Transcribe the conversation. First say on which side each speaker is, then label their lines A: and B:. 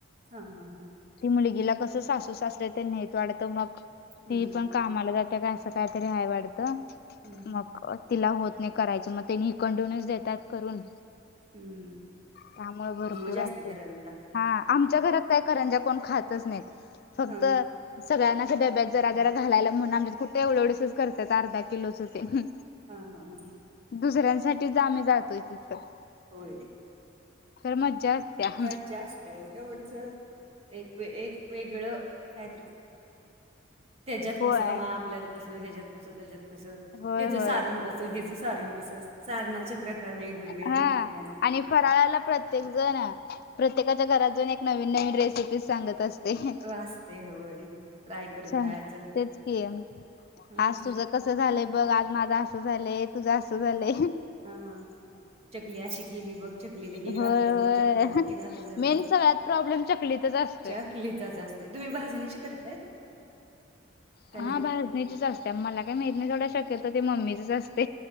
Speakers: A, on the right; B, on the left.
A: हां हां हां.
B: ती मुलगीला कसं सासू सासरे ते नेट वाढत मग,
A: हम्म
B: ती
A: हम्म
B: पण कामाला जात्या का असं काय तरी हय वाटतं,
A: हम्म
B: मग तिला होत नाही करायचं, मग ते हींकडूनच देतात करून.
A: हम्म
B: त्यामुळे भरपूर
A: जास्ती
B: असते,
A: करायला लागते
B: हां आमच्या घरात काय करंज्या कोण खातच नाहीत, फक्त
A: हा हा
B: सगळ्यांनाच डब्यात जरा जरा घालायला, म्हणून आमच्यात कुठे एवढ एवढसच करतात, अर्धा किलोच ते, हम्म.
A: हां हां हं.
B: दुसऱ्यांसाठीच आम्ही जातोय तिथं
A: होय,
B: तर मज्जा असत्या
A: मज्जा असते हो एवढच, एक एक वेगळं काहीतर त्याच्यात
B: होय
A: कसं? म आपल्यात कसं? ह्याच्यात कसं? त्याच्यात कसं?
B: होय
A: त्याचं
B: होय
A: सारण कसं? ह्याचं सारण कसं? सारणाचे प्रकार वेगवेगळे
B: हा
A: भेटतात.
B: आणि फराळाला प्रत्ये त्येक जण, प्रत्येकाच्या घरातून एक नवीन-नवीन रेसिपी सांगत असते हं.
A: असतंय होय, ट्राय करत
B: सांग
A: राहायचं,
B: तेच की
A: हम्म
B: आज तुझं कसं झालंय बघ, आज माझं असं झालंय, तुझं असं झालंय.
A: अं चकली अशी केली, बघ. चकलीला हे
B: होय
A: घातलं
B: होय
A: बघ, चकलीला ते घातलं
B: मेन
A: बघ,
B: सगळ्यात प्रॉब्लेम चकलीतच असतोय
A: चक लीचाच असते, तुम्ही भाजणीची करताय? का
B: हा
A: नाही
B: भाजणीचीच असत्या, मला काही माहीत नही, तेवढा शक्यतो मम्मीचेच असत.